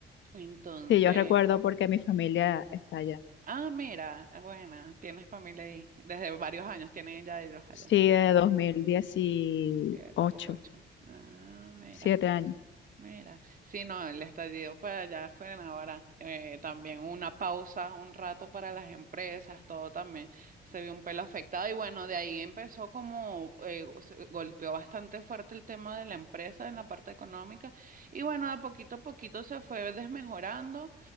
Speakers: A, on the right; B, on the left.
A: Entonces...
B: Sí, yo recuerdo porque mi familia está allá.
A: Ah, mira, ah, buena, tienes familia ahí. Desde varios años tienen ya ellos allá.
B: Sí, de 2018,
A: Siete, ocho. Ah, mira.
B: siete años.
A: Mira, sí, no, el estallido para allá fue en ahora. eh, también una pausa, un rato para las empresas, todo también se vio un pelo afectado. Y bueno, de ahí empezó como, eh, se golpeó bastante fuerte el tema de la empresa en la parte económica. Y bueno, de poquito a poquito se fue desmejorando.